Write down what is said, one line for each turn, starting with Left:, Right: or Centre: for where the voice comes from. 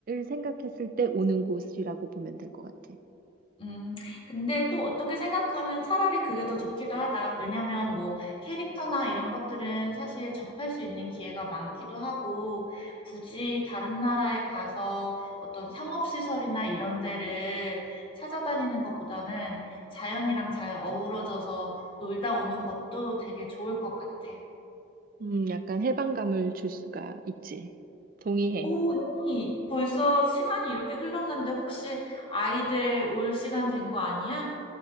Right: 생각했을 때 오는 곳이라고 보면 될 것 같아.
Left: 음, 근데 또 어떻게 생각하면 차라리 그게 더 좋기도 하다. 왜냐면 뭐 캐릭터나 이런 것들은 사실 접할 수 있는 기회가 많기도 하고, 굳이 다른 나라에 가서 어떤 상업시설이나 이런 데를 찾아다니는 것보다는 자연이랑 잘 어우러져서 놀다 오는 것도 되게 좋을 것 같아.
Right: 음, 약간 해방감을 줄 수가 있지. 동의해.
Left: 오, 언니, 벌써 시간이 이렇게 흘렀는데 혹시 아이들 올 시간 된 거 아니야?